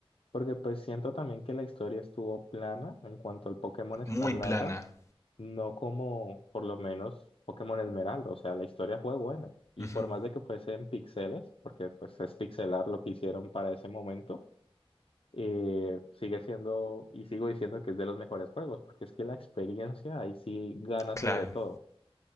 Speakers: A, on the left; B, on the left.
A: Porque pues siento también que la historia estuvo plana en cuanto al Pokémon Escarlata.
B: Muy plana.
A: No como por lo menos Pokémon Esmeralda, o sea, la historia fue buena. Y
B: Ujú,
A: por más de que fuese en píxeles, porque pues es pixelar lo que hicieron para ese momento, eh, sigue siendo y sigo diciendo que es de los mejores juegos, porque es que la experiencia ahí sí gana
B: Claro.
A: sobre todo.